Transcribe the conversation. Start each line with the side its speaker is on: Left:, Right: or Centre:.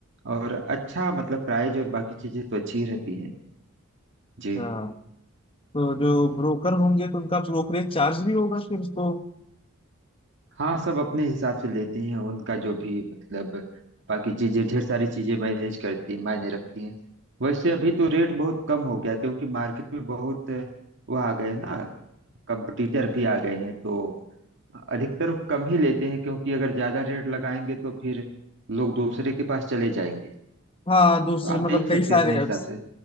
Right: और अच्छा मतलब प्राइस और बाकी चीजें तो अच्छी ही रहती हैं जी
Left: अच्छा तो जो ब्रोकर होंगे तो उनका ब्रोकरेज चार्ज भी होगा फिर तो
Right: हाँ सब अपने हिसाब से लेते हैं उनका जो भी मतलब बाकी चीजें ढेर सारी चीजें मैनेज करती हैं मायने रखती हैं वैसे अभी तो रेट बहुत कम हो गया क्योंकि मार्केट में बहुत अ, वो आ गए हैं ना कंपटीटर भी आ गए हैं तो अधिकतर वो कम ही लेते हैं क्योंकि अगर ज्यादा रेट लगाएंगे तो फिर लोग दूसरे के पास चले जाएंगे
Left: हाँ दूसरे
Right: तो आप
Left: मतलब
Right: देख
Left: कई
Right: सकते
Left: सारे
Right: हैं अपने हिसाब
Left: ऐप्स
Right: से